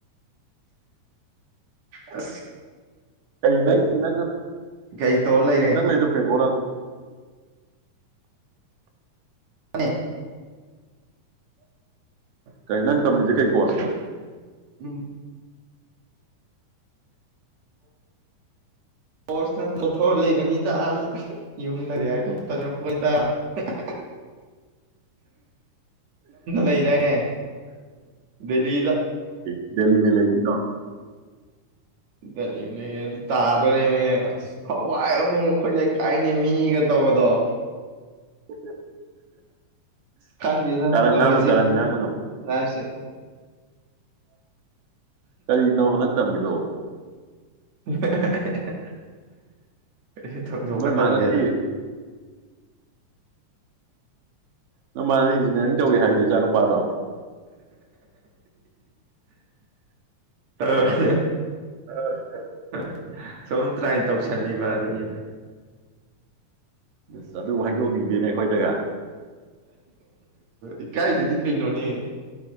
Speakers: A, on the right (about 60°); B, on the right (about 85°).
A: ꯑ
B: ꯀꯪ ꯅꯪ
A: ꯀꯩ ꯇꯧꯔ ꯂꯩꯔꯦ
B: ꯅꯪ ꯂꯩꯗ ꯕꯦꯡꯒꯣꯜ ꯅ
A: ꯑꯅꯤ
B: ꯀꯩ ꯅꯪ ꯇꯝꯃꯤꯖ ꯀꯩ ꯀꯣꯁꯅꯣ
A: ꯎꯝ ꯅ ꯆꯊ ꯂꯩꯕꯅꯤꯗ ꯑꯗ ꯌꯗꯔꯤ ꯍꯥꯏꯗꯣ ꯇꯣꯄꯣꯣꯏꯇ <unintelligible> ꯂꯩꯗꯥꯏꯅꯦ ꯗꯦꯜꯂꯤꯗ
B: ꯗꯦꯜꯂꯤ ꯃ ꯂꯩ
A: ꯂꯩ ꯂꯩ ꯑꯗꯨ ꯇꯥꯗꯣꯣꯔꯦꯅꯦ ꯑ ꯍꯋꯥꯏ ꯑꯃꯃꯤ ꯑꯩꯈꯣꯏ ꯀꯥꯏꯅꯦ ꯃꯤꯅꯤꯒ ꯇꯧꯕꯗꯣ
B: ꯎ
A: ꯈꯪꯒꯦꯗ
B: ꯀꯥꯔꯟ
A: ꯇ
B: ꯉꯥꯡꯅꯨ
A: ꯍꯧꯁ
B: ꯀꯥꯔꯟ ꯉꯥꯡꯒꯅꯨ
A: ꯌꯥꯏꯁꯦ
B: ꯀꯔꯤꯅꯣꯃ ꯅꯪ ꯇꯝꯃꯤꯔꯣ
A: <unintelligible> ꯀꯩ ꯊꯣꯛ ꯊꯣꯛꯣꯛꯄ
B: ꯅꯣꯏ ꯃꯥꯅꯗꯤ
A: ꯇꯧꯗꯦꯗ <inaudible>
B: ꯅ ꯃꯥ ꯏꯟꯖꯤꯅꯤꯌꯥꯔꯤ ꯇꯧꯋꯤ ꯍꯥꯏꯗꯣ ꯏꯆꯥ ꯅꯨꯄꯥꯗꯣ
A: ꯇ
B: ꯑ
A: <unintelligible> ꯁꯨꯝ ꯇ꯭ꯔꯥꯏ ꯇꯧꯁꯜꯂꯤꯕ ꯑꯗꯨꯅꯤꯗ
B: ꯑꯁ ꯑꯗꯨ ꯍꯥꯏꯗꯣꯛꯅꯤꯡꯗꯦꯅꯦ ꯑꯩꯈꯣꯏꯗꯒ
A: ꯏꯀꯥꯏꯗꯗꯤ ꯀꯩꯅꯣꯅꯦ